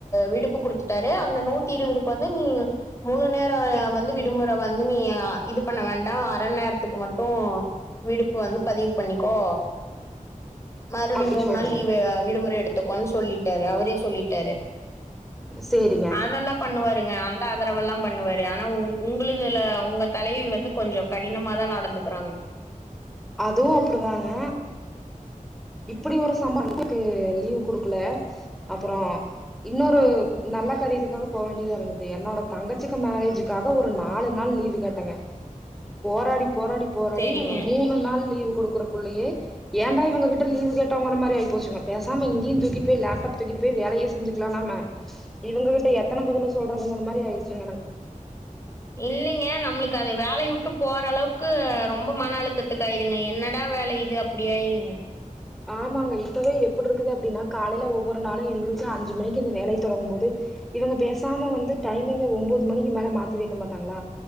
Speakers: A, on the left; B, in the centre.
A: விடுப்பு குடுத்துட்டாரு அந்த நூத்தி இருவதுக்கு வந்து நீ மூணு மண் நேரோ
B: சே
A: வந்து விடுமுற ப வந்து நீ இது பண்ண வேண்டா அர நேரத்துக்கு மட்டு விடுப் பதிவு பண்ணிக்கோ மறுபடி
B: அப்டி
A: மூண்
B: சொல்றாங்க
A: நாள் லீவு விடுமுற எடு த்து கோன் சொல்லிட்டாரு அவரே சொல்லிட்டாரு
B: சேரிங்க
A: அதெல்லா பண்ணுவாருங்க அந்த ஆதரவெல்லா பண்ணுவாரு ஆனா உங் உங்களதுல உங்க தலைவி வந்து கொஞ்சோ கடினமா தா நடந்துக்றாங்க
B: அதுவு அப்டிதாங்க இப்டி ஒரு சம்பளத்துக்கு லீவ் குடுக்கல அப்புறோ இன்னொரு நல்ல காரியத்துக்காக போ வேண்டியதா இருந்தது என்னோட தங்கச்சிக்கு மேரேஜி க்காக ஒரு நாலு நாள் லீவு கேட்டங்க போராடி போராடி போராடி
A: சேரிங்க
B: அந்த மூணு நாள் லீவு குடு க்குறக் குள்ளயே ஏண்டா இவுங்க கிட் ட லீவு கேட்டாங்கற மாரி ஆயிப் போச்சுங்க பேசாம இங்கியு தூக்கிட் போய் லேப்டாப் தூக்கிட்டு போயி வேலையே செஞ்சிக்லா நாம்ம இவுங்க கிட்ட எத்தன பதில சொல்றதுங்கற மாரி ஆயிரிச்சிங்க எனக்கு
A: இல்லைங்க நம்மளுக்கு அது வேலைய வுட்டு போற அளவுக்கு ரொம்போ மன அழுத்தத் துக்காயிருங்க என்னடா வேல இது அப்டியாயிருங்க
B: ஆமாங்க இப்பவே எப்டிருக்குது அப்டினா காலைல ஒவ்வொரு நாளு எந்திரிச்சி அஞ்சு மணிக்கு இந்த வேலை தொடங்கு போது இவுங்க பேசாம வந்து டைமிங்கு ஒன்பது மணிக்கு மேல மாத்தி வெக்க மாட்டாங்ளா